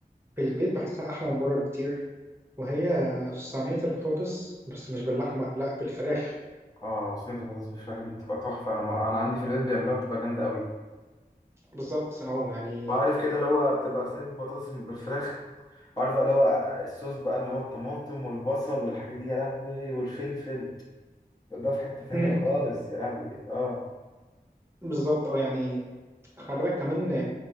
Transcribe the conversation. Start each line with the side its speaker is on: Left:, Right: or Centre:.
Right: في البيت بحسها احلى من بره بكتير وهي صينيه البطاطس بس مش باللحمه لا بالفراخ
Left: اه صينيه البطاطس بالفراخ دي بتبقى تحفه انا انا عندي في البيت بيعملوها بتبقى جامده قوي
Right: بالظبط اه يعني
Left: وعارف كده اللي هو بتبقى صينيه بطاطس بالفراخ وعارف بقى اللي هو الصوص بقى اللي هو الطماطم والبصل والحاجات دي يا لهوي والفلفل ده في حته تانيه
Right: مم،
Left: خالص يا لهوي اه
Right: بالظبط اه يعني خلي بالك كمان آه،